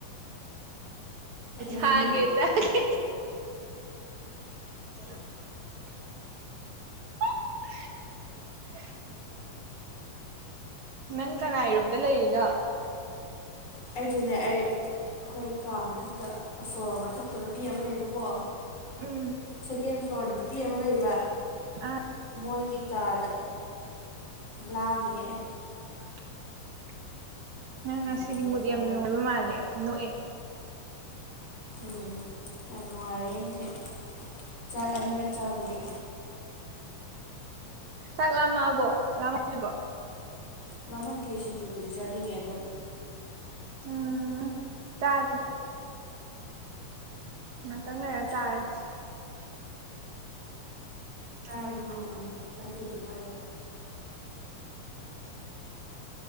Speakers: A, on the left; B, on the right.
A: ꯈꯨꯝꯃꯨꯅꯦ
B: ꯊꯥꯡꯒꯦ ꯆꯥꯒꯦ <unintelligible> <unintelligible> ꯅꯪ ꯀꯅꯥꯔꯣꯝꯗ ꯂꯩꯔꯤꯅꯣ
A: ꯑꯩꯁꯨꯅꯦ ꯑꯩ ꯑꯩꯈꯣꯏ ꯀꯥ ꯃꯊꯛꯇ ꯑꯐꯣꯔ ꯃꯊꯛꯇ ꯅꯨꯕꯤ ꯑꯃꯅꯦꯕꯀꯣ
B: ꯎꯝ
A: ꯁꯦꯀꯦꯟ ꯐ꯭ꯂꯣꯔꯗ ꯅꯨꯄꯤ ꯑꯃ ꯂꯩꯕ
B: ꯑ
A: ꯃꯣꯏꯒꯤ ꯀꯥꯗ ꯂꯥꯡꯉꯦ ꯑꯦ
B: <unintelligible> ꯅꯪ
A: ꯅꯨꯡꯉꯥꯏꯈꯣꯀꯣ
B: ꯉꯁꯤꯗꯤ ꯃꯨꯠ ꯌꯥꯝꯅ ꯅꯨꯡꯉꯥꯏꯕ ꯃꯥꯜꯂꯦ ꯅꯣꯛꯑꯦ
A: ꯎꯝ ꯌꯥꯝ ꯅꯨꯡꯉꯥꯏꯔꯦ ꯉꯁꯤ ꯆꯥꯛ ꯑꯅꯤꯔꯛ ꯆꯥꯕꯒꯤ
B: ꯆꯥꯛ ꯂꯥꯕꯣ ꯂꯔꯤꯕ
A: ꯂꯃꯛꯇꯤ ꯁꯤꯡꯖꯨꯕꯨꯗꯤ ꯆꯥꯅꯤꯡꯉꯦ ꯑꯗꯨꯝ
B: ꯎꯝ ꯆꯥꯁꯦ ꯑ ꯆꯪꯒ ꯆꯥꯔꯁ
A: ꯁꯦ
B: ꯆꯥ
A: ꯆꯥꯔꯒ ꯉꯥꯡꯉꯣꯅ ꯄ꯭ꯂꯥꯁꯇꯤꯛꯁꯨ
B: ꯑꯁꯁꯨꯄꯥꯏ
A: ꯄꯥꯏꯔꯣ
B: <inaudible>